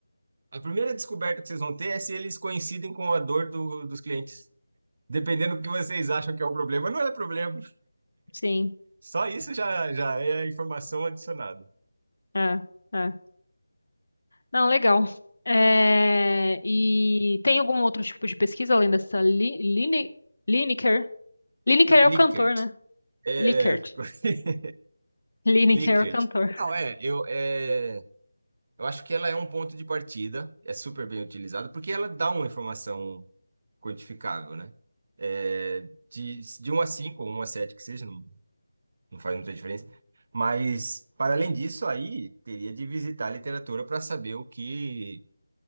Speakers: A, on the right (about 35°); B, on the left (about 65°).
A: A primeira descoberta que vocês vão ter é se eles coincidem com a dor do- dos clientes. Dependendo do que vocês acham que é o problema, não é problema.
B: Sim,
A: Só isso já, já é informação adicionada.
B: é, é. Não, legal. É, e tem algum outro tipo de pesquisa além dessa Li, Line, Lineker? Lineker
A: Não,
B: é
A: Likert.
B: o cantor, né?
A: É,
B: Likert.
A: é. <laughs>
B: <laughs> Lineker
A: Likert.
B: é o cantor.
A: Não, é, eu, é, eu acho que ela é um ponto de partida, é super bem utilizada, porque ela dá uma informação quantificável, né? É, De, de um a 5 ou um a 7 que seja, não, não faz muita diferença. Mas, para além disso, aí teria de visitar a literatura para saber o que